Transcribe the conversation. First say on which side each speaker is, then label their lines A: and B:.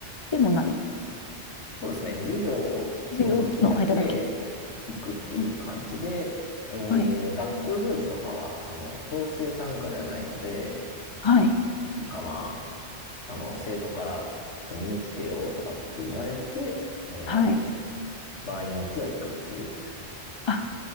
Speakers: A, on the left (about 30°); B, on the left (about 80°).
A: でもない。
B: そうですね。授業の時だけ行くっていう感じで、
A: 授業の間だけ。うん
B: えー、
A: はい。
B: 学校行事とかは、あの、強制参加ではないので、
A: はい。
B: なんかまあ、あの、生徒から、ちょっと見に来てよとかって言われて、えー、
A: はい。
B: 場合によっては行くっていう。
A: あ、